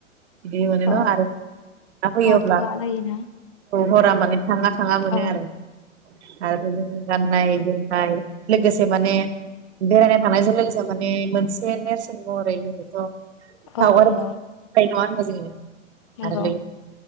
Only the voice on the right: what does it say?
बिदि मोनो
न' आरो होयोब्ला
<inaudible> हरा माने थाङा थाङा मोनो
आरो आरो बिदि गाननाय जोम लोगोसे माने बेरायनो थांनाय जों लोगोसे माने मो नसे नेरसोन महरै लोगोथ'
पावार
नङा होनबा जोङो
आरो